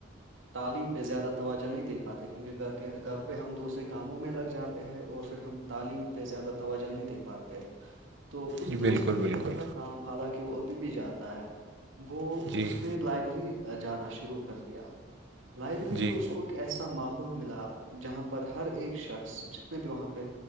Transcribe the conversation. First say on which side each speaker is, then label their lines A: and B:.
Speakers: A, on the right (about 85°); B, on the right (about 60°).
A: تعلیم پہ زیادہ توجہ نہیں دے پاتے کیونکہ گھر کے گھر پہ ہم دوسرے کاموں میں لگ جاتے ہیں اور پھر ہم تعلیم پہ زیادہ توجہ نہیں دے پاتے ہیں تو اس
B: جی بالکل
A: دوست نے
B: بالکل
A: کیا تھا کام حالانکہ وہ ابھی بھی جاتا ہے وہ
B: جی
A: اس نے لائبریری جانا شروع کر دیا لائبریری
B: جی
A: میں اس کو ایسا ماحول ملا جہاں پر ہر ایک شخص جتنے بھی وہاں پہ